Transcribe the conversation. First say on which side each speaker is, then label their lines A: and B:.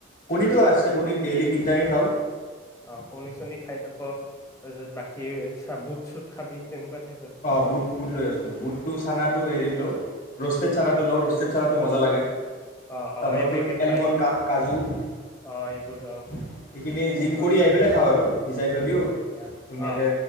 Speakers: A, on the left (about 45°); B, on the left (about 15°).
A: কণীটো
B: বাকী
A: আছে কণী ডেইলি তিনিটাকে খাওঁ
B: অ কণী চনী খাই থাক তাৰপিছত বাকী চ বুট চুট খাবি তেনেকুৱা টাইপ আৰু
A: বা বুত বুট লৈ আছো বুটটো চানাটো হেৰিত লওঁ ৰ'ষ্টেড ছডাটো
B: অ
A: লওঁ ৰষ্টে চাৰডাটোো মজা লাগে
B: অ অ
A: তপৰা
B: এই
A: তোৰ
B: পেকেট
A: এলমণ্ড
B: পাই
A: কাজু সেইখিনি
B: অ এইবোৰ অ
A: জিম
B: এজন
A: কৰি আহি পেলাই খাওঁ আৰু ভিজাই থৈ দিওঁ
B: সেয়া
A: ধুনীয়াকে
B: অ